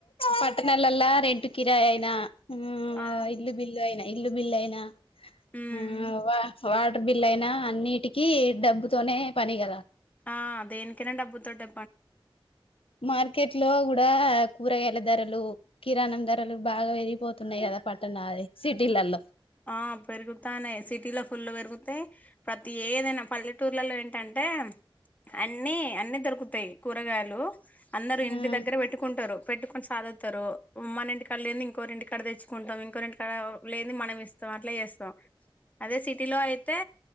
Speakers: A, on the left; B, on the left.
A: పట్టణాలల్ల రెంటు కిరాయి అయినా ఉ
B: ఆ
A: ఇల్లు బిల్లు అయినా ఇల్లు బిల్లైన
B: ఉమ్
A: ఆ వా వాటర్ బిల్ అయినా అన్నిటికి డబ్బుతోనే పని కదా
B: ఆ దేనికైనా డబ్బు తోటె
A: మార్కెట్లో కూడా కూరగాయల ధరలు కిరాణం ధరలు బాగా పెరిగిపోతున్నయి కదా పట్టణ అదే సిటీలల్లో
B: ఆ పెరుగుతానే సిటీలో ఫుల్ పెరుగుతే ప్రతి ఏదైనా పల్లెటూర్లలో ఏంటంటే అంటే అన్ని అన్ని దొరుకుతయి కూరగాయలు అందరు ఇంటి
A: ఆ
B: దగ్గర పెట్టుకుంటరు పెట్టుకొని సాదుతరు మన ఇంటికాడ లేనిది ఇంకోకరి ఇంటికాడ తెచ్చుకుంటాం ఇంకోకరి ఇంటికాడ లేనిది మనం ఇస్తం స్తం అట్ల చేస్తాం అదే సిటీలో అయితే